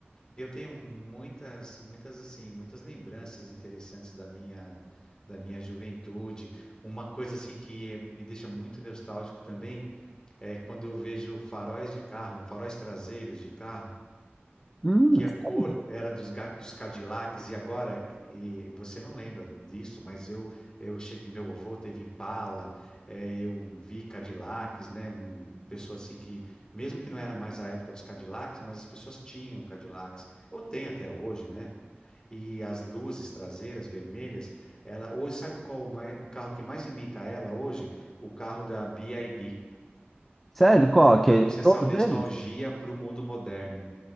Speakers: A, on the left (about 20°); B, in the centre.
A: eu tenho muitas, muitas assim, muitas lembranças interessantes da minha da minha juventude. Uma coisa assim que eh, me deixa muito nostálgico também é quando eu vejo faróis de carro, faróis traseiros de carro
B: Hum,
A: que a
B: sério?
A: cor era dos, ga- dos Cadillacs e agora e você não lembra disso, mas eu eu cheguei, meu avô teve Impala, eh, eu vi Cadillacs, né, um, pessoas assim que mesmo que não era mais a época dos Cadillacs, mas as pessoas tinham Cadillacs, ou tem até hoje, né? E as luzes traseiras vermelhas, ela hoje sabe qual o, mai- o carro que mais imita ela hoje? O carro da BYD.
B: Sério, Qual? Que,
A: Trouxe essa
B: todos
A: nostalgia
B: eles?
A: para o mundo moderno.